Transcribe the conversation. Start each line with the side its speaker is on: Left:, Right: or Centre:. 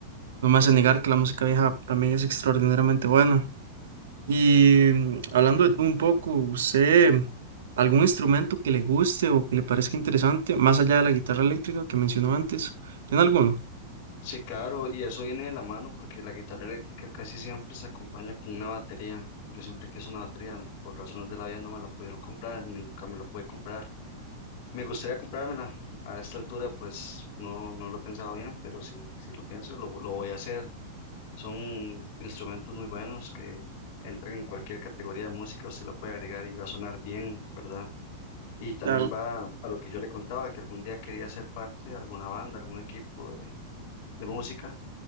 Right: no me hace negar que la música vieja también es extraordinariamente buena. Y mm, hablando de tú un poco, ¿usted algún instrumento que le guste o que le parezca interesante, más allá de la guitarra eléctrica que mencionó antes? ¿Tiene alguno?
Left: Sí, claro, y eso viene de la mano porque la guitarra eléctrica casi siempre se acompaña con una batería. Yo siempre quise una batería, por razones de la vida no me la pudieron comprar, nunca me la pude comprar. Me gustaría comprármela. A esta altura, pues no, no lo he pensado bien, pero si, si lo pienso, lo, lo voy a hacer. Son instrumentos muy buenos que entran en cualquier categoría de música, usted la puede agregar y va a sonar bien, ¿verdad? Y también
Right: Claro,
Left: va a lo que yo le contaba, que algún día quería ser parte de alguna banda, algún equipo de, de música,